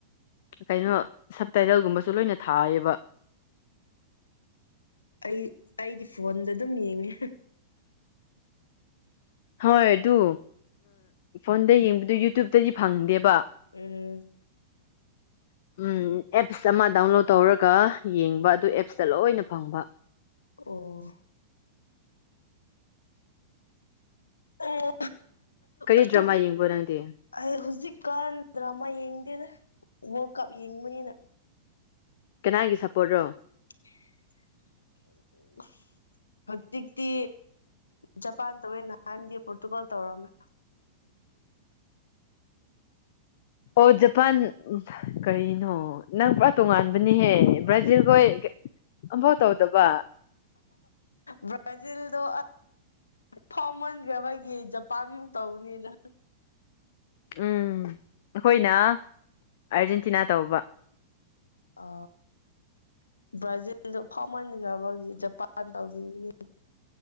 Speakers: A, on the left (about 55°); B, on the left (about 80°).
A: ꯀꯩꯅꯣ ꯁꯞꯇꯥꯏꯇꯜꯒꯨꯝꯕꯁꯨ ꯂꯣꯏꯅ ꯊꯥꯏꯌꯦꯕ
B: ꯑꯩ ꯑꯩꯗꯤ ꯐꯣꯟꯗ ꯑꯗꯨꯝ ꯌꯦꯡꯉꯤ
A: ꯍꯣꯏ ꯑꯗꯨ ꯐꯣꯟꯗ ꯌꯦꯡꯕꯗꯨ ꯌꯨꯇ꯭ꯌꯨꯕꯇꯗꯤ ꯐꯪꯗꯦꯕ
B: ꯎꯝ
A: ꯎꯝ ꯑꯦꯞꯁ ꯑꯃ ꯗꯥꯎꯟꯂꯣꯗ ꯇꯧꯔꯒ ꯌꯦꯡꯕ ꯑꯗꯨ ꯑꯦꯞꯁꯇ ꯂꯣꯏꯅ ꯐꯪꯕ
B: ꯑꯣ ꯑꯣ
A: ꯀꯔꯤ
B: ꯑ
A: ꯗ꯭ꯔꯃꯥ
B: ꯇꯣ
A: ꯌꯦꯡꯕ꯭ꯔꯣ ꯅꯪꯗꯤ
B: ꯑꯩ ꯍꯧꯖꯤꯛꯀꯥꯟꯗ꯭ꯔꯃꯥ ꯌꯦꯡꯗꯦꯗ ꯋꯥꯔꯜ ꯀꯞ ꯌꯦꯡꯕꯅꯤꯅꯪ
A: ꯀꯅꯥꯒꯤ ꯁꯥꯞꯄꯣꯔꯠ꯭ꯔꯣ
B: ꯎ ꯍꯧꯖꯤꯛꯇꯤ ꯖꯄꯥꯟ ꯇꯧꯋꯦ ꯅꯍꯥꯟꯗꯤ ꯄꯣꯔꯇꯨꯒꯥꯜ ꯇꯧꯔꯝꯃꯦ
A: ꯑꯣ ꯖꯄꯥꯟ ꯀꯔꯤꯅꯣ ꯅꯪ ꯄꯨꯔꯥ ꯇꯣꯉꯥꯟꯕꯅꯤꯍꯦ ꯕ꯭ꯔꯥꯖꯤꯜꯈꯣꯏ ꯣꯠ ꯍꯥꯎꯗꯕ
B: ꯕ꯭ꯔꯥꯖꯤꯜꯗ ꯊꯥꯎꯃꯟꯈ꯭ꯔꯕꯒꯤ ꯖꯄꯥꯟꯃꯨꯛ ꯇꯧꯅꯤꯅ
A: ꯎꯝ ꯑꯩꯈꯣꯏꯅ ꯑꯥꯔꯖꯦꯟꯇꯤꯅꯥ ꯇꯧꯕ
B: ꯑ ꯕ꯭ꯔꯥꯖꯤꯜꯗ ꯐꯥꯎꯃꯟꯈꯕꯒꯤ ꯖꯄꯥꯟ ꯇꯧꯕꯅꯤ